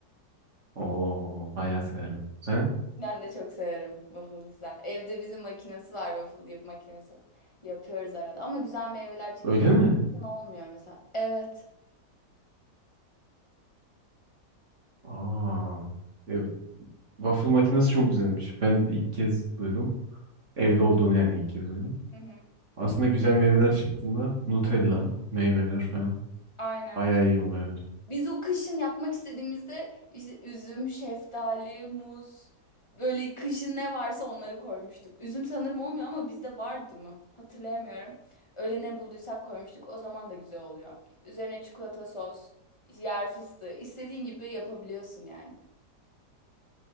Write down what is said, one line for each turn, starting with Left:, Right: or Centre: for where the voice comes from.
Right: Oo, bayağı severim. Sen?
Left: Ben de çok severim. Waffle güzel. Evde bizim makinesi var waffle yap makinesi. Yapıyoruz arada ama güzel meyveler çıktı
Right: Öyle mi?
Left: zaten olmuyor mesela. Evet.
Right: Aa. E, waffle makinesi çok güzelmiş. Ben ilk kez duydum. Evde olduğunu yani ilk kez duydum.
Left: Hı hı.
Right: Aslında güzel meyveler çıktığında Nutella meyveler falan
Left: Aynen.
Right: bayağı iyi oluyor.
Left: Biz o kışın yapmak istediğimizde işte üzüm, şeftali, muz böyle kışın ne varsa onları koymuştuk. Üzüm sanırım olmuyor ama bizde vardı mı? Hatırlayamıyorum. Öyle ne bulduysak koymuştuk. O zaman da güzel oluyor. Üzerine çikolata sos, yer fıstığı istediğin gibi yapabiliyorsun yani.